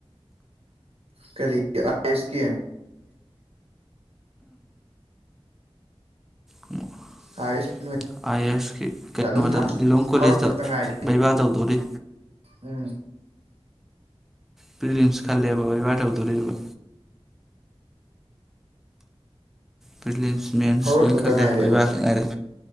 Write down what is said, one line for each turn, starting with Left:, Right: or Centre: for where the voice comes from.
Right: ꯀꯔꯤꯒꯤ ꯑꯥꯢ ꯑꯦꯁ ꯀꯤ
Centre: <inaudible>
Right: ꯑꯥꯢ ꯑꯦꯁ <unintelligible>
Centre: ꯑꯥꯏ ꯑꯦ ꯑꯦꯁ ꯀꯤ ꯀꯩꯅꯣꯗ
Right: ꯑꯗꯨꯝ ꯊꯥ
Centre: ꯂꯤꯂꯣꯡ ꯀꯣꯂꯦꯖꯇ
Right: ꯐꯥꯎꯔꯛꯇꯕꯇ ꯉꯥꯏꯔꯤꯅꯦ
Centre: ꯕꯩꯕꯥ ꯇꯧꯗꯣꯔꯤ
Right: ꯎꯝ
Centre: ꯄ꯭ꯔꯤꯂꯤꯝꯁ ꯈꯜꯂꯦ ꯕꯩꯕꯥ ꯇꯧꯗꯣꯔꯤꯕ ꯄ꯭ꯔꯤꯂꯤꯝꯁ ꯃꯦꯟꯁ
Right: ꯍꯧꯔꯛꯇꯕꯇ
Centre: ꯂꯣꯢ ꯈꯜꯂꯦ
Right: ꯉꯥꯏꯔꯦꯕ
Centre: ꯕꯩꯕꯥꯈꯛ ꯉꯥꯢꯔꯦ